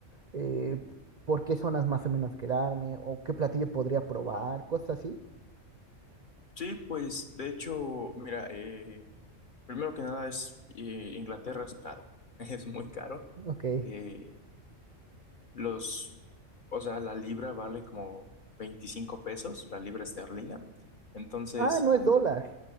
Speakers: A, on the right (about 45°); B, on the left (about 40°).
A: eh, por qué zonas más o menos quedarme o qué platillo podría probar, cosas así.
B: Sí, pues de hecho, mira, eh, primero que nada es eh, Inglaterra es caro, <laughs> es muy caro.
A: Ok.
B: Eh, los, o sea, la libra vale como 25 pesos, la libra esterlina. Entonces,
A: Ah, no es dólar.